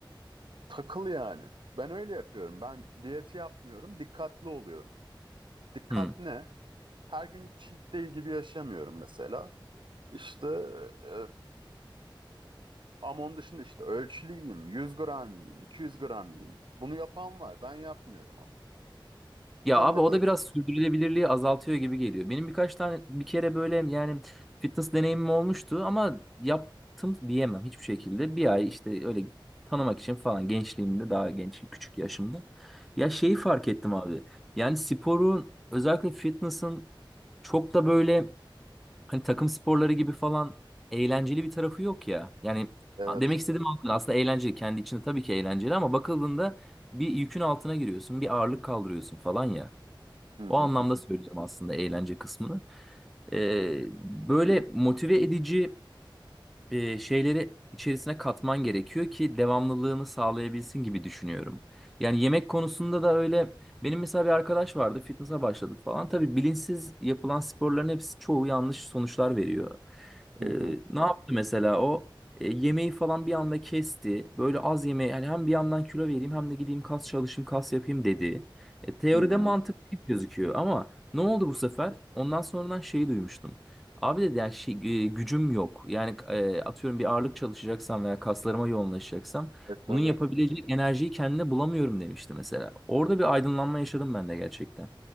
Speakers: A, on the right; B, in the centre.
A: Takıl yani. Ben öyle yapıyorum. Ben diyeti yapmıyorum. Dikkatli oluyorum. Dikkat
B: hmm.
A: ne?
B: <laughs>
A: Her gün cheat day gibi yaşamıyorum mesela. İşte e, Ama onun dışında işte ölçülü yiyeyim, 100 gram yiyeyim, 200 gram yiyeyim. Bunu yapan var. Ben yapmıyorum ama.
B: Ya
A: Canım
B: abi
A: ne
B: o
A: kadar
B: da biraz
A: ki.
B: sürdürülebilirliği azaltıyor gibi geliyor. Benim birkaç tane bir kere böyle yani fitness deneyimim olmuştu ama yaptım diyemem hiçbir şekilde. Bir ay işte öyle tanımak için falan gençliğimde daha genç küçük yaşımda. Ya şeyi fark ettim abi. Yani sporun özellikle fitness'ın çok da böyle hani takım sporları gibi falan eğlenceli bir tarafı yok ya. Yani
A: Evet.
B: demek istediğim aslında eğlenceli kendi içinde tabii ki eğlenceli ama bakıldığında bir yükün altına giriyorsun, bir ağırlık kaldırıyorsun falan ya.
A: Hı
B: O
A: hı
B: anlamda
A: hı
B: söyleyeceğim aslında eğlence kısmını. Ee, böyle motive edici e, şeyleri içerisine katman gerekiyor ki devamlılığını sağlayabilsin gibi düşünüyorum. Yani yemek konusunda da öyle. Benim mesela bir arkadaş vardı, fitness'a başladı falan. Tabii bilinçsiz yapılan sporların hepsi çoğu yanlış sonuçlar veriyor.
A: hı
B: Ee,
A: hı
B: ne yaptı mesela o? E, yemeği falan bir anda kesti. Böyle az yemeği yani hem bir yandan kilo vereyim hem de gideyim kas çalışayım kas yapayım dedi. E, teoride
A: hı. hı.
B: mantıklı gibi gözüküyor ama ne oldu bu sefer? Ondan sonradan şeyi duymuştum. Abi dedi yani şey, e, gücüm yok. Yani e, atıyorum bir ağırlık çalışacaksam veya kaslarıma yoğunlaşacaksam
A: E tabii.
B: bunun yapabileceği enerjiyi kendine bulamıyorum demişti mesela. Orada bir aydınlanma yaşadım ben de gerçekten.